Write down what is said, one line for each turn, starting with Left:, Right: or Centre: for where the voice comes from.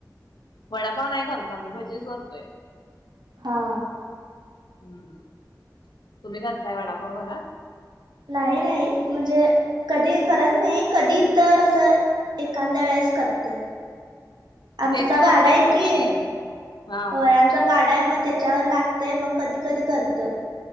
Left: वडापाव नाही करत मी भजीच करतोय
Right: हा
Left: हम् तुम्ही करताय वडापाव घरात
Right: नाही नाही म्हणजे कधी करत नाही कधी तर असं एखांद्या वेळेस करतोय आमचा
Left: टेस्ट होत
Right: गाडा
Left: नाही
Right: आहे
Left: का
Right: की
Left: तशी हा
Right: होय आम गाडा आहे मग त्याच्यावर लागतंय मग कधी कधी करतोय